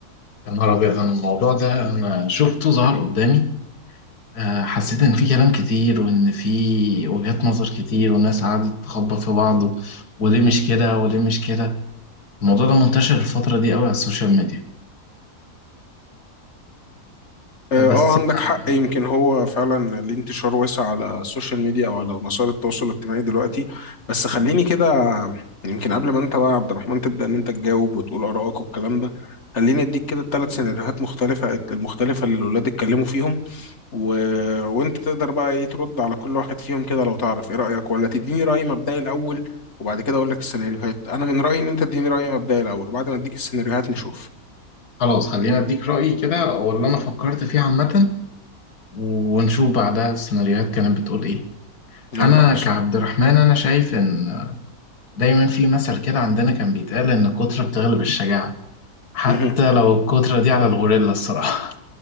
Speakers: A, on the left (about 85°); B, on the left (about 45°).
A: يا نهار أبيض أنا الموضوع ده أنا شفته ظهر قدامي آه، حسيت إن في كلام كتير وإن في وجهات نظر كتير والناس قعدت تخبط في بعض و- وليه مش كده وليه مش كده الموضوع ده منتشر الفترة دي قوي على السوشيال ميديا
B: آه,
A: آه، بس
B: آه عندك
A: أنا
B: حق يمكن هو فعلا ليه انتشار واسع على السوشيال ميديا أو على وسائل التواصل الاجتماعي دلوقتي بس خليني كده يمكن قبل ما أنت بقى يا عبد الرحمن تبدأ إن أنت تجاوب وتقول آرائك والكلام ده خليني أديك كده ثلاث سيناريوهات مختلفة المختلفة اللي الولاد اتكلموا فيهم و... وانت تقدر بقى ايه ترد على كل واحد فيهم كده لو تعرف ايه رأيك ولا تديني رأي مبدئي الاول وبعد كده اقول لك السيناريوهات انا من رأيي ان انت تديني رأي مبدئي الاول وبعد ما اديك السيناريوهات نشوف
A: خلاص خلينا أديك رأيي كده أو اللي أنا فكرت فيه عامة ونشوف بعدها السيناريوهات كانت بتقول إيه
B: يلا
A: أنا
B: يا باشا
A: كعبد الرحمن أنا شايف إن دايما في مثل كده عندنا كان بيتقال إن الكترة بتغلب الشجاعة حتى
B: مه.
A: لو الكترة دي على الغوريلا الصراحة